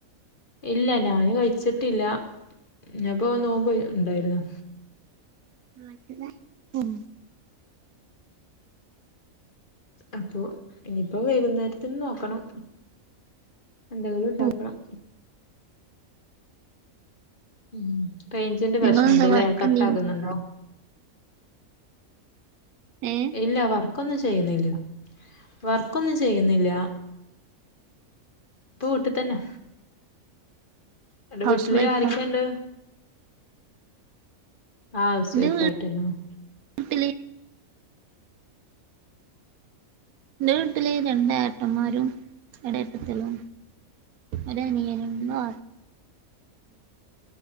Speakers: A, on the left; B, on the right.
A: ഇല്ല ഞാന് കയ്ച്ചിട്ടില്ല ന്ന്പ്പോ നോമ്പ് ഇണ്ടായിരുന്നു
B: നാട്ടിലാ ഉം
A: അപ്പൊ ഇനിയിപ്പോ വൈകുന്നേരത്തിന് നോക്കണം എന്തെങ്കിലു ഇണ്ടാക്കണം
B: ഓഹ്
A: ഉം റെയ്ജിന്റെ
B: നിങ്ങളെന്താ
A: പ്രശ്നണ്ട്ല്ലേ
B: വർക്കെന്തേലും
A: കട്ടാകുന്നുണ്ടോ
B: ഏഹ്
A: ഇല്ല വർക്കൊന്നും ചെയ്യുന്നില്ല വർക്കൊന്നും ചെയ്യുന്നില്ല ഇപ്പൊ വീട്ട്തന്നെ അന്റെ
B: ഹൗസ്
A: വീട്ടില്
B: വൈഫാ
A: ആരൊക്കെണ്ട് ആഹ് ഹൗസ്
B: എന്റെ
A: വൈഫായിട്ടന്നെ
B: വീ
A: ആണ്
B: വീട്ടില് ന്റെ വീട്ടില് രണ്ടേട്ടന്മാരും ഒരേട്ടത്തിയുള്ളു ഒരനിയനും മാ